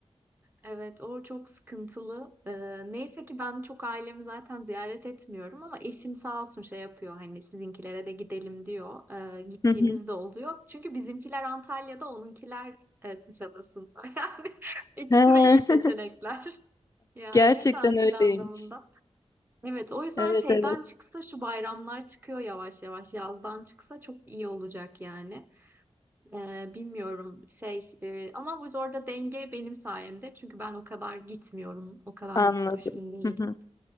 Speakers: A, on the right (about 15°); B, on the left (about 30°).
A: evet o çok sıkıntılı. Ee, neyse ki ben çok ailemi zaten ziyaret etmiyorum ama eşim sağ olsun şey yapıyor hani sizinkilere de gidelim diyor. Ee, gittiğimiz
B: Hı hı.
A: de oluyor. Çünkü bizimkiler Antalya'da, onunkiler e, Kuşadası'nda. <laughs> Yani ikisi
B: <laughs>
A: de iyi seçenekler.
B: He,
A: Yani
B: gerçekten
A: tatil
B: öyleymiş.
A: anlamında. Evet, o yüzden
B: Evet
A: şeyden
B: evet
A: çıksa şu bayramlar çıkıyor yavaş yavaş. Yazdan çıksa çok iyi olacak yani. Ee, bilmiyorum şey e, ama bu orada denge benim sayemde. Çünkü ben o kadar gitmiyorum. O kadar
B: anladım.
A: düşkün değilim.
B: Hı hı.